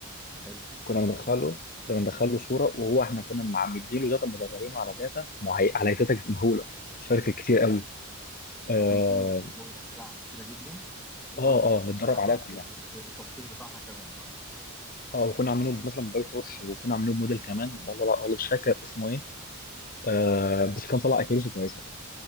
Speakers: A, in the centre; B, on the left.
A: حلو
B: كنا بندخله كنا بندخله صوره وهو احنا كنا معمدين له داتا مدربينه على داتا معي... على داتا مهوله مش فاكر كتير قوي اه
A: يعني انت مديله صور اشعه كتيره جدا وكل
B: اه
A: صوره
B: آه، متدرب
A: اشعه
B: عليها كلها
A: آه، آه، آه، التشخيص بتاعها كذا مثلا
B: اه وكنا عاملينه مثلا باي تورش وكنا عاملينه بموديل كمان والله والله مش فاكر اسمه ايه آه بس كان طلع اكيوريسي كويسه